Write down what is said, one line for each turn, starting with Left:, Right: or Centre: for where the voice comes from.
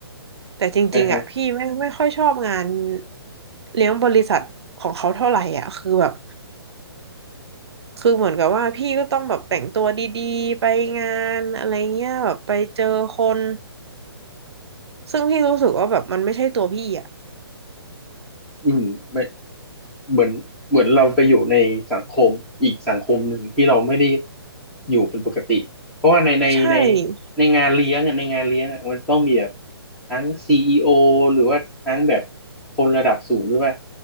Right: แต่จริงๆอะพี่ไม่ไม่ค่อยชอบงาน
Centre: อ่าฮะ
Right: เลี้ยงบริษัทของเขาเท่าไหร่อ่ะคือแบบ คือเหมือนกับว่าพี่ก็ต้องแบบแต่งตัวดีๆไปงานอะไรเงี้ยแบบไปเจอคนซึ่งพี่รู้สึกว่าแบบมันไม่ใช่ตัวพี่อ่ะ
Centre: อืมไม่เหมือนเหมือนเราไปอยู่ในสังคมอีกสังคมหนึ่งที่เราไม่ได้อยู่เป็นปกติเพราะว่าในในใน
Right: ใช่
Centre: ในงานเลี้ยงอ่ะในงานเลี้ยงอ่ะมันต้องมีแบบทั้งซีอีโอหรือว่าทั้งแบบคนระดับสูงด้วยป่ะ